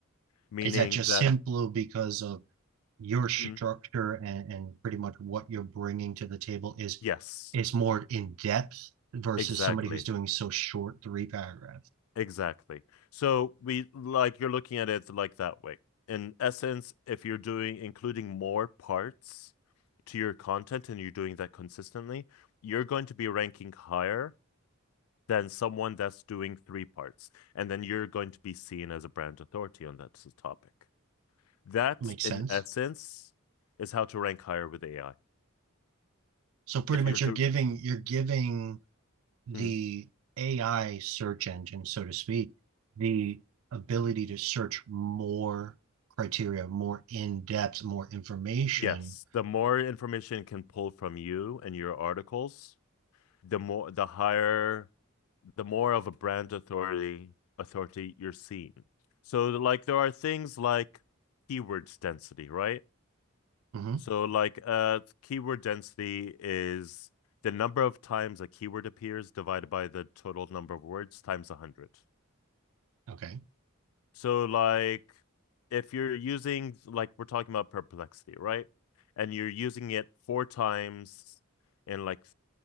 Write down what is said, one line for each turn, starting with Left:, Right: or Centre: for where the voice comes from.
Left: meaning
Right: is that just
Left: that
Right: simply because of your structure
Left: mm,
Right: and, and pretty much what you're bringing to the table is
Left: yes,
Right: is more in depth versus
Left: exactly,
Right: somebody who's doing so short three paragraphs.
Left: exactly. So we like you're looking at it like that way. In essence, if you're doing including more parts to your content and you're doing that consistently, you're going to be ranking higher than someone that's doing three parts. And then you're going to be seen as a brand authority on that topic. That,
Right: Makes
Left: in
Right: sense.
Left: essence, is how to rank higher with AI.
Right: So pretty
Left: If
Right: much
Left: you're
Right: you're
Left: to,
Right: giving you're giving the
Left: Mm.
Right: AI search engine, so to speak, the ability to search more criteria, more in depth, more information.
Left: yes, the more information it can pull from you and your articles, the more, the higher, the more of a brand authority authority you're seen. So, like, there are things like keywords density, right?
Right: hmm
Left: So like uh keyword density is the number of times a keyword appears divided by the total number of words times 100.
Right: Okay.
Left: So like if you're using like we're talking about perplexity, right? And you're using it four times in like